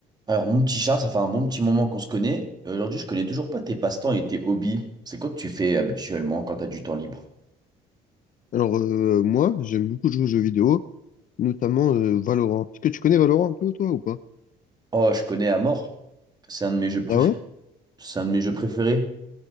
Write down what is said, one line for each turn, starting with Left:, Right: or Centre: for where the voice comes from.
Right: Alors, mon petit Charles, ça fait un bon petit moment qu'on se connaît. Et Aujourd'hui, je connais toujours pas tes passe-temps et tes hobbies. C'est quoi que tu fais habituellement quand t'as du temps libre?
Left: Alors, euh, moi, j'aime beaucoup jouer aux jeux vidéo, notamment euh, Valorant. Est-ce que tu connais Valorant un peu, toi, ou pas?
Right: Oh, je connais à mort. C'est un de mes jeux préférés.
Left: Ah ouais?
Right: C'est un de mes jeux préférés.